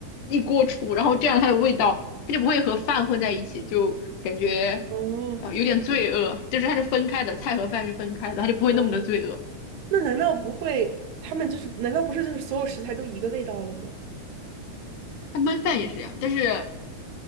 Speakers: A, on the left; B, on the right.
A: 一锅出，然后这样它的味道它就不会和饭混在一起，就感觉。
B: 哦
A: 啊，有点罪恶，就是它是分开的，菜和饭是分开的，它就不会那么的罪恶。
B: 哦，那难道不会他们就是难道不是就是所有食材都一个味道了吗？
A: 它焖饭也是呀，但是